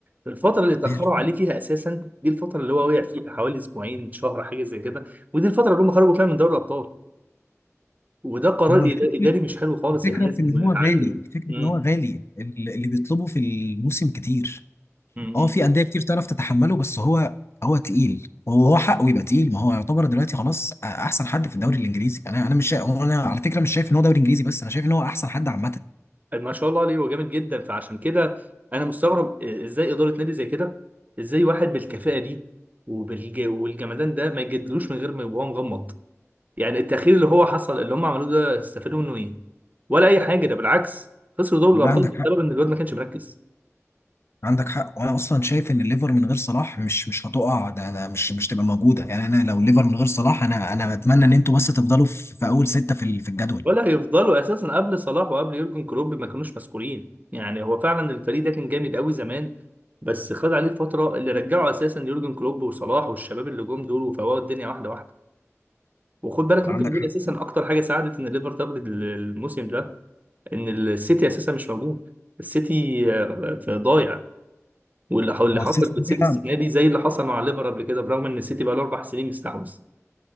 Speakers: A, on the right; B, on the left.
A: الفتره اللي اتاخروا
B: هي الفكره
A: عليه فيها اساسا دي الفتره اللي هو وقع فيها حوالي اسبوعين شهر حاجه زي كده ودي الفتره اللي هم خرجوا فيها من دوري الابطال وده قرار
B: هو
A: إد-
B: الفكره
A: اداري مش حلو خالص
B: الفكره
A: يعني لازم
B: في ان
A: نتعلم
B: هو غالي الفكره
A: امم
B: ان هو غالي ال- اللي بيطلبه في الموسم كتير
A: امم
B: اه في انديه كتير تعرف تتحمله بس هو هو تقيل وهو هو حقه يبقى تقيل ما هو يعتبر دلوقتي خلاص احسن حد في الدوري الانجليزي انا انا مش شا... انا على فكره مش شايف ان هو دوري انجليزي بس انا شايف ان هو احسن حد عامه
A: ما شاء الله عليه هو جامد جدا فعشان كده انا مستغرب ازاي اداره نادي زي كده ازاي واحد بالكفاءه دي وبالج... والجمدان ده ما يجدلوش من غير ما يبقى هو مغمض يعني التأخير اللي هو حصل اللي هم عملوه ده استفادوا منه ايه؟ ولا أي حاجة ده بالعكس خسروا دوري
B: لا
A: الأبطال
B: عندك
A: بسبب
B: حق
A: إن الواد ما كانش مركز
B: عندك حق وانا اصلا شايف ان الليفر من غير صلاح مش مش هتقع ده انا مش مش تبقى موجوده يعني انا لو الليفر من غير صلاح انا انا بتمنى ان انتوا بس تفضلوا في, في اول سته في ال- في الجدول
A: ولا هيفضلوا أساسا قبل صلاح وقبل يورجن كلوب ما كانوش مسؤولين يعني هو فعلا الفريق ده كان جامد قوي زمان بس خد عليه فترة اللي رجعه أساسا يورجن كلوب وصلاح والشباب اللي جم دول وفوقوا الدنيا واحدة واحدة وخد بالك
B: عندك
A: ممكن يكون
B: حق
A: اساسا اكتر حاجه ساعدت ان الليفر تاخد الموسم ده ان السيتي اساسا مش موجود السيتي آه، في ضايع واللي واللي
B: هو
A: حصل
B: السيتي
A: في السيتي السنه
B: ضايع
A: دي زي اللي حصل مع الليفر قبل كده برغم ان السيتي بقى له اربع سنين مستحوذ